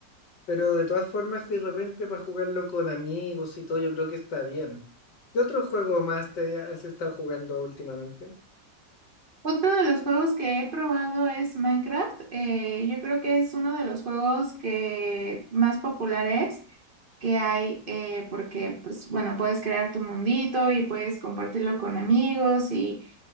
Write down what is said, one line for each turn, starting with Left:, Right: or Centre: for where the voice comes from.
Left: Pero de todas formas, si de repente para jugarlo con amigos y todo, yo creo que está bien. ¿Qué otro juego más te has estado jugando últimamente?
Right: Otro de los juegos que he probado es Minecraft. Eh, yo creo que es uno de los juegos que más popular es. que hay, eh, porque, pues, bueno, puedes crear tu mundito y puedes compartirlo con amigos y